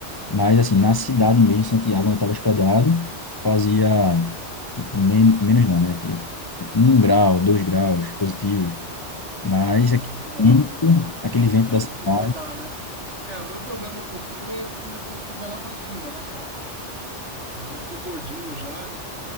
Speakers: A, on the left; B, on the right.
A: Mas, assim, na cidade mesmo, em Santiago, onde eu estava hospedado, fazia, tipo, men menos não, né? Tipo, um grau, dois graus positivos. Mas
B: Ah,
A: aquele
B: legal,
A: vento,
B: legal.
A: aquele vento
B: Dá
A: da cidade.
B: pra suportar, né? É, o meu problema com o frio é porque minha pressão vai lá pra cima, né, cara? Eu já sou gordinho já,